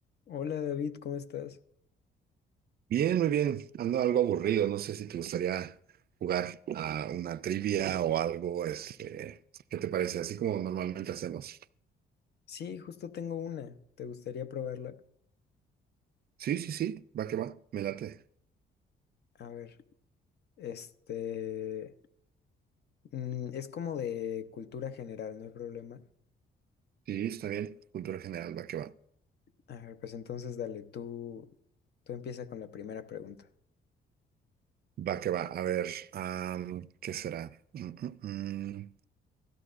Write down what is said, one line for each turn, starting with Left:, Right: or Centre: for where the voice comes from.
Left: Hola David, ¿cómo estás?
Right: Bien, muy bien. Ando algo aburrido. No sé si te gustaría jugar a una trivia o algo. Este, ¿qué te parece? Así como normalmente hacemos.
Left: Sí, justo tengo una. ¿Te gustaría probarla?
Right: Sí, sí, sí. Va que va. Me late.
Left: A ver, este... mm, es como de cultura general, no hay problema.
Right: Sí, está bien. Cultura general, va que va.
Left: A ver, pues entonces dale, tú, tú empieza con la primera pregunta.
Right: Va que va. A ver, am, ¿qué será? Mm, mm, mm.